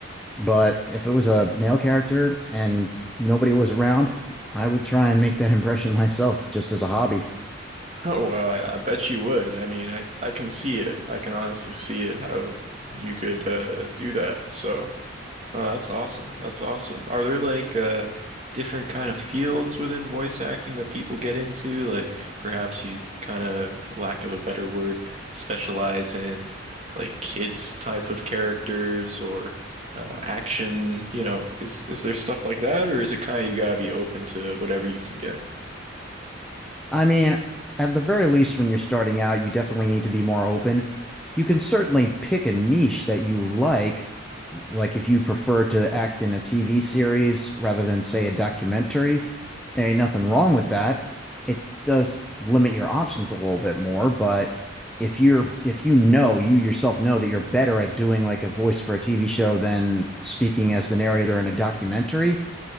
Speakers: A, in the centre; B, on the right.
A: But if it was a male character and nobody was around, I would try and make that <laughs> impression myself just as a hobby.
B: Oh, well, I, I bet you would. I mean, I, I can see it. I can honestly see it how you could uh do that. So Oh, that's awesome. That's awesome. Are there like uh different kind of fields within voice acting that people get into? Like perhaps you kind of, for lack of a better word, specialize in like kids type of characters or uh, action, you know, is is there stuff like that or is it kind of you gotta be open to whatever you can get?
A: I mean, at the very least, when you're starting out, you definitely need to be more open. You can certainly pick a niche that you like like if you prefer to act in a TV series rather than say a documentary, there ain't nothing wrong with that. It does limit your options a little bit more, but if you're if you know you yourself know that you're better at doing like a voice for a TV show than speaking as the narrator in a documentary,